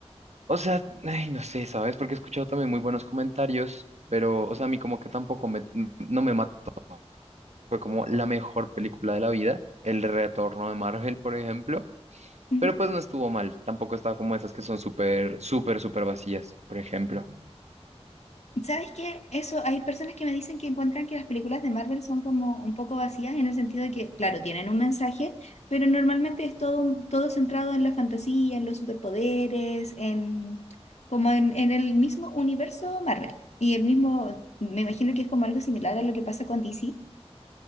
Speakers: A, on the right (about 85°); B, on the left (about 85°).
A: o sea, ay, no sé, ¿sabes? Porque he escuchado también muy buenos comentarios, pero, o sea, a mí como que tampoco me, no me mató. Fue como la mejor película de la vida, El Retorno de Marvel, por ejemplo.
B: ujú.
A: Pero pues no estuvo mal. Tampoco estaba como esas que son súper, súper, súper vacías, por ejemplo.
B: ¿Sabes qué? Eso, hay personas que me dicen que encuentran que las películas de Marvel son como un poco vacías en el sentido de que, claro, tienen un mensaje, pero normalmente es todo, todo centrado en la fantasía, en los superpoderes, en como en, en el mismo universo Marvel. Y el mismo, me imagino que es como algo similar a lo que pasa con DC.